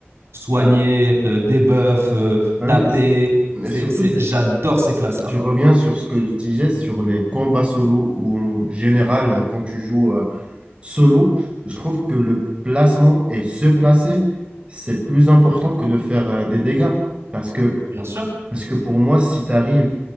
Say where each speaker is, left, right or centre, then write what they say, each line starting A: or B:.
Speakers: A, on the right; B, on the right.
A: Soigner,
B: bah,
A: euh, débuff, euh,
B: bah
A: taper.
B: oui, et c'est-
A: C'est,
B: et surtout,
A: c'est-
B: c'est
A: j'adore
B: ce que,
A: ces classes-là.
B: je reviens sur ce que je disais sur les combats solo, où en général, euh, quand tu joues euh, solo, je trouve que le placement et se placer, c'est plus important que de faire euh, des dégâts. Parce que,
A: Bien sûr,
B: parce que pour moi, si tu arrives